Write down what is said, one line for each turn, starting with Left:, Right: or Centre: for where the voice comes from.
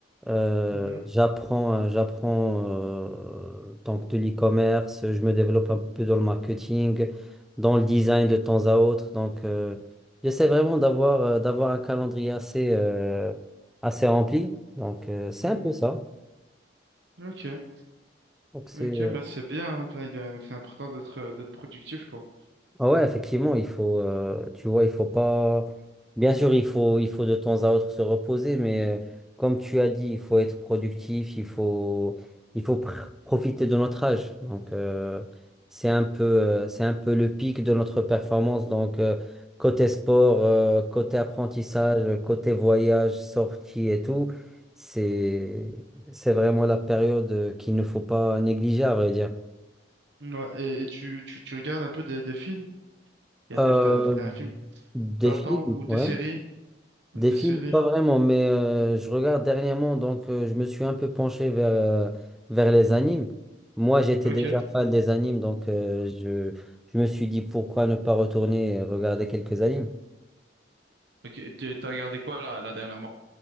Centre: Euh,
Right: Mhm.
Centre: j'apprends, euh, j'apprends euh, donc de l'e-commerce, je me développe un peu dans le marketing, dans le design de temps à autre. Donc, euh, j'essaie vraiment d'avoir euh, d'avoir un calendrier assez euh, assez rempli. Donc, euh, c'est
Right: Mhm.
Centre: un peu ça.
Right: Ok.
Centre: Donc, c'est
Right: Ok, bah c'est bien, hein. Enfin, il est- c'est important d'être euh, d'être productif, quoi.
Centre: Ah ouais, effectivement, il faut, euh, tu vois, il faut pas. Bien sûr, il faut, il faut de temps à autre se reposer, mais euh, comme tu as dit, il faut être productif, il faut, il faut pr- profiter de notre âge. Donc, euh, c'est un peu, euh, c'est un peu le pic de notre performance. Donc, euh, côté sport, euh, côté apprentissage, côté voyage, sortie et tout, c'est, c'est vraiment la période euh, qu'il ne faut pas négliger, à vrai dire.
Right: Ouais. Et, et tu, tu, tu regardes un peu des, des films? Il y a
Centre: Euh,
Right: des, t'as, t'as un film,
Centre: des
Right: t'as
Centre: films,
Right: le temps, ou des
Centre: ouais.
Right: séries? Des
Centre: Des films,
Right: séries.
Centre: pas vraiment, mais euh, je regarde dernièrement, donc euh, je me suis un peu penché vers, euh, vers les animes. Moi, j'étais
Right: Ok.
Centre: déjà fan des animes, donc euh, je, je me suis dit pourquoi ne pas retourner et regarder quelques animes.
Right: Ok, t'es- t'as regardé quoi là, là dernièrement?